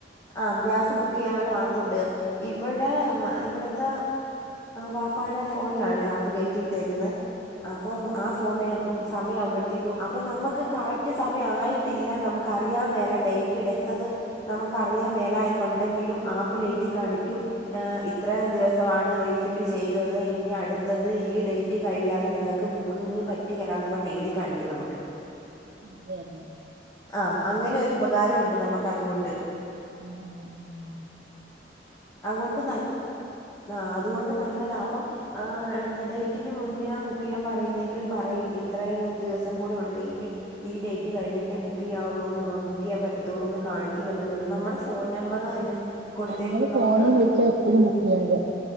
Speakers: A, on the left; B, on the right.
A: ആ ഗ്യാസ് ബുക്ക് ചെയ്യാനുള്ള ആപ്പ്ണ്ട് ഇവിടെ
B: ആ.
A: ഇവിടെ ഇത്ത വാപ്പാടെ ഫോണിലാണ് ആപ്പ് കയറ്റിയിട്ടേക്കുന്നത് അപ്പം ആ ഫോണ അപ്പം സമയയാവുമ്പോഴത്തേക്കും അപ്പം നമുക്ക് കറക്റ്റ് സമയമായിട്ടില്ല നമുക്കറിയാൻ വേല ഡേറ്റ് എടുത്തത് അറിയാ മേല എന്നുണ്ടെങ്കിലും ആപ്പിൽ എഴു കാണിക്കും ഇത്രയും ദിവസ റഫ ഫിൽ ചെയ്തത് ഇനി അടുത്തത് ഈ ഡേറ്റ് കഴിയാതെ നിങ്ങൾക്ക് ബുക്കിംഗ പറ്റും പറ്റുകല എന്നന്ന് പറഞ്ഞഞ് എഴുതി കാണിക്കും നമുക്ക്
B: നല്ലായിരുന്നു
A: ആ അങ്ങനെ ഒരു ഉപകാരമുണ്ട് നമുക്ക് അതുകൊണ്ട്
B: എ ഏ ഏ ഏഹ്
A: അതുകൊണ്ട് ന ആ അതുകൊണ്ട് നല്ലതാ അപ്പം ആ എന്താ ഡേറ്റിന് മുന്നേ ആ ബുക്ക് ചെയ്യാൻ പറയുന്നെങ്കിലും പറയും ഇത്ര ദിവസം കൂടി ഉണ്ട് ഈ ഈ ഡേറ്റ്
B: ഉം.
A: കഴിഞ്ഞിട്ട് ബുക്ക് ചെയ്യാവുള്ളൂന്ന് ബുക്ക് ചെയ്യാൻ പറ്റത്തുള്ളൂ എന്ന് കാണിക്കുന്നുണ്ടെന്ന് പറഞ്ഞാൽ നമ്മുടെ ഫോൺ നമ്പറ്
B: ആ
A: എന്നെ കൊടുത്തേക്കുന്നുണ്ട്
B: ഞങ്ങള് ഫോണിൽ വിളിച്ചാ എപ്പഴും ബുക്ക് ചെയ്യണത്